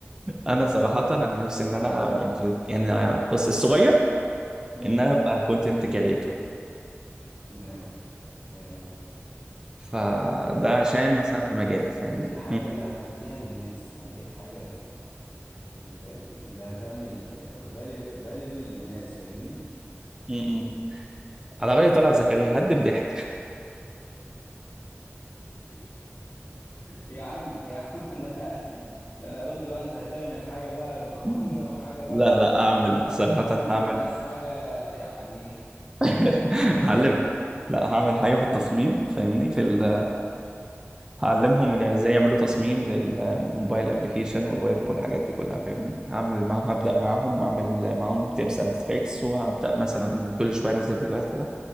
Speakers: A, on the right; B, on the left.
A: انا صراحه انا نفسي ان انا يعني في ال... يعني بس الصغير
B: امم
A: ان انا ابقى كونتنت كريتور
B: جامد جامد
A: فده
B: طب
A: عشان مثلا في مجالي فاهمني
B: ايه الحاجة
A: مم.
B: اللي هتديها للناس يعني ايه الحاجة ال- ال- ال- اللي هتعمل فاليوبل للناس فاهمني
A: مم. على رأي طلعت زكريا هدم ضحك
B: <laughs> يا عم يا عم <laughs> ده ده انا قلت بقى انت هتعمل حاجة بقى قوية
A: <laughs>
B: وحاجة بقى
A: لا
B: ايه
A: لا اعمل صراحة
B: هتعلم
A: هعمل
B: الناس حاجة يعني <laughs>
A: <laughs>
B: ما حصلتش
A: هعلم لا هعمل حاجة في التصميم فاهمني في ال... هعلمهم من ازاي يعملوا تصميم للموبايل ابلكيشن والويب والحاجات دي كلها فاهمني هعمل معاهم هبدأ معاهم اعمل معاهم تيبس اند تريكس وهبدأ مثلا كل شوية انزل فيديوهات كده